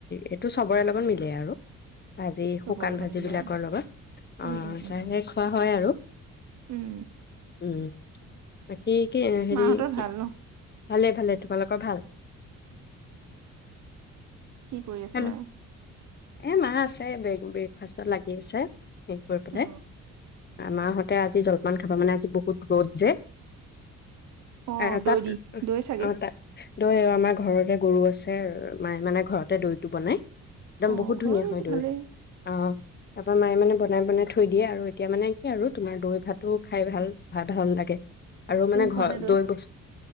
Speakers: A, on the left; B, on the right.
A: এইটো চবৰে লগত মিলে আৰু। ভাজি
B: চবৰ
A: শুকান
B: লগত
A: ভাজি
B: মিলাই
A: বিলাকৰ
B: অ
A: লগত
B: উম
A: আহ
B: উম উম
A: তাৰে
B: উম
A: খোৱা হয় আৰু
B: উম
A: উম। কি কি হেৰি
B: মাহঁতৰ
A: কি?
B: ভাল ন
A: ভালে ভালে তোমালোকৰ ভাল।
B: কি কৰি আছে
A: হেল্ল'
B: মায়ে?
A: এ মা আছ। ব্ৰে ব্ৰেকফাষ্টত লাগি আছে। হে কৰি পেলাই।
B: অ
A: মা হতে আজি জলপান খাৱ, মানে আজি বহুত ৰ'দ যে।
B: অ
A: এ তাত
B: দৈ, দি দৈ চাগে।
A: অ তাত দৈ আমাৰ ঘৰতে গৰু আছে মায় মানে ঘৰতে দৈটো বনাই। দম
B: অ
A: বহুত
B: ঘৰৰ
A: ধুনীয়া
B: দৈটো
A: হয় দৈ
B: ভালেই
A: অহ। তাৰপৰা মায়ে মানে বনাই, বনাই থৈ দিয়ে, আৰু এতিয়া মানে কি আৰু তোমাৰ দৈ ভাতো খাই ভাল ভ ভাল লাগে। আৰু
B: তুমি
A: মানে
B: খোৱা
A: ঘৰ
B: নে
A: দৈ বস্তু